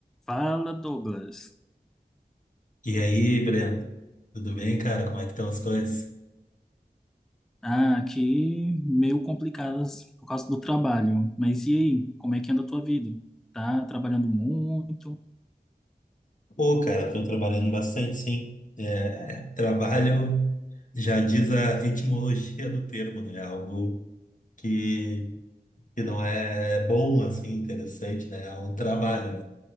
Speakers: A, in the centre; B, on the left.
A: Fala, Douglas.
B: E aí, Breno? Tudo bem, cara? Como é que estão as coisas?
A: Ah, aqui meio complicadas por causa do trabalho. Mas e aí? Como é que anda a tua vida? Tá trabalhando muito?
B: Pô, cara, tô trabalhando bastante, sim. É, trabalho já diz a etimologia do termo, né? Algo que, que não é bom, assim, interessante, né? É um trabalho, né?